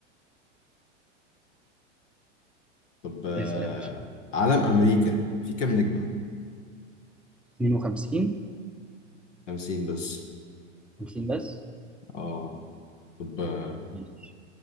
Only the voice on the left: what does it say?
طب آه
علم أمريكا في كام نجمة؟
50 بس
اه طب آه،